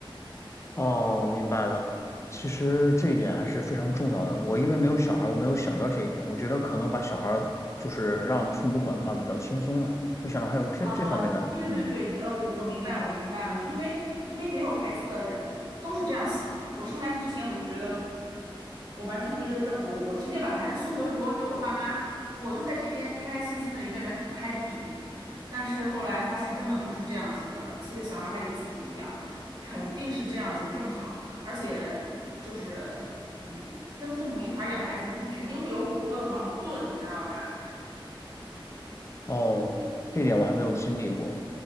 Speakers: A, on the left; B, on the right.
A: 哦，明白了。其实这一点还是非常重要的。我因为没有小孩儿，我没有想到这一点。我觉得可能把小孩儿就是让父母管的话比较轻松了，没想到还有这这方面的。
B: 啊！对对对，
A: 嗯。
B: 呃，我明白，我明白了，因为因为没有孩子的人都是这样想的。我生孩子之前，我就觉得我完成了一个任务，我直接把孩子送回国给我爸妈，我就在这边开开心心的一个人 happy。但是后来发现根本不是这样子的，自己的小孩还得自己养，肯定是这样子更好，而且就是嗯，跟父母一块儿养孩子，你肯定会有很多的矛盾，你知道吧？
A: 哦，这点我还没有经历过，